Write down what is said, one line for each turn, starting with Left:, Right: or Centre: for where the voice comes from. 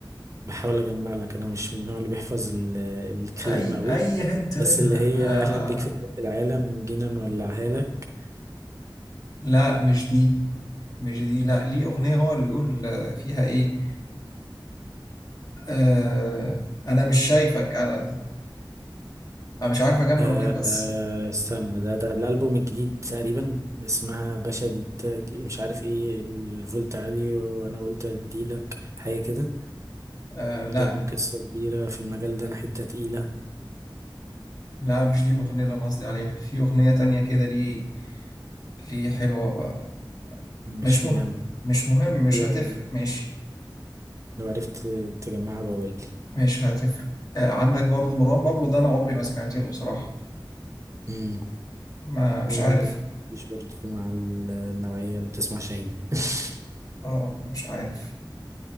Right: بحاول اجمع لك انا مش من النوع اللي بيحفظ ال- الكلام
Left: أي
Right: قوي
Left: أي هنت
Right: بس
Left: منها
Right: اللي هي
Left: آه
Right: اهلا بيك في نهاية العالم جينا نولعها لك
Left: لا مش دي مش دي لا ليه أغنية هو اللي بيقول آه، فيها إيه آه أنا مش شايفك أنا أنا مش عارف أجمع
Right: آه
Left: الأغنية بس
Right: استنى ده ده الألبوم الجديد تقريبا اسمها باشا دي تا- مش عارف ايه الفولت عالي وانا قلت اديلك حاجة كده
Left: آه لا
Right: يا ابني قصة كبيرة في المجال ده انا حتة تقيلة
Left: لا مش دي الأغنية اللي أنا قصدي عليها في أغنية تانية كده ليه ليه حلوة بقى.
Right: مش
Left: مش مهم
Right: مجمع
Left: مش مهم مش
Right: لو
Left: هتفرق ماشي
Right: لو عرفت تجمعها بقولي
Left: مش هتفرق آه عندك برضو مروان بابلو ده أنا عمري ما سمعت له بصراحة
Right: امم
Left: ما مش
Right: عمران
Left: عارف
Right: مش برضه مع ال- النوعية اللي بتسمع شاهين <laughs>
Left: اه مش عارف